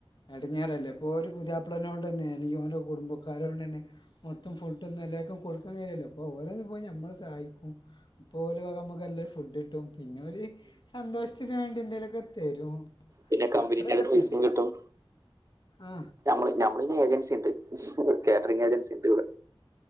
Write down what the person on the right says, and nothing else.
പിന്നെ കമ്പനീന്റെ
അ പൈസും
കിട്ടും
മ്മ നമ്മളി ഏജൻസി ഉണ്ട് കാറ്ററിംഗ ഏജൻസി ഉണ്ട് ഇവിടെ